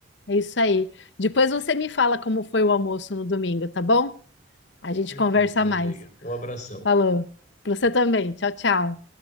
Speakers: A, on the left; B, on the left.
A: É isso aí. Depois você me fala como foi o almoço no domingo, tá bom? A gente
B: Perfeito,
A: conversa
B: minha
A: mais.
B: amiga. Um abração.
A: Falou. Pra você também. Tchau, tchau.